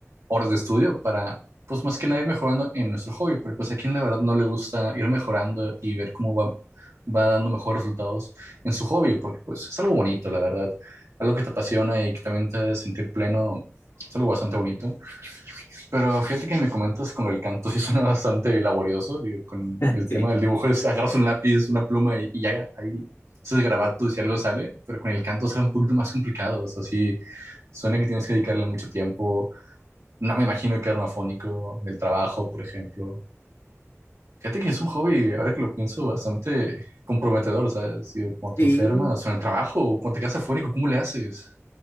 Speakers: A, on the right; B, on the left.
A: horas de estudio para, pues más que nada ir mejorando en nuestro hobby, pero pues a quien la verdad no le gusta ir mejorando y ver cómo va, va dando mejores resultados en su hobby, porque pues es algo bonito, la verdad, algo que te apasiona y que también te hace sentir pleno, es algo bastante bonito. Pero fíjate que me comentas con el canto, <laughs> sí suena bastante laborioso, digo, con
B: <laughs>
A: el
B: Sí,
A: tema del dibujo, es agarras un lápiz, una pluma y, y ya ahí haces garabatos y algo sale, pero con el canto será un poquito más complicado, o sea, sí, suena que tienes que dedicarle mucho tiempo no me imagino quedarme afónico del trabajo, por ejemplo. Fíjate que es un hobby, ahora que lo pienso, bastante comprometedor, ¿sabes? Digo, cuando
B: Sí.
A: te enfermas, o en el trabajo, o cuando te quedas afónico, ¿cómo le haces?